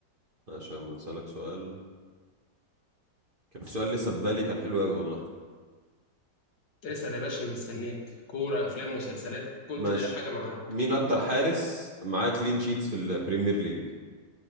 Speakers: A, on the right; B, on the left.
A: عشان اسالك سؤال كان في سؤال لسه في بالي كان حلو قوي والله
B: اسأل يا باشا أنا مستنيك كورة أفلام مسلسلات كل
A: ماشي
B: حاجة معاك
A: مين اكتر حارس معاه كلين شيتس في البريمير ليج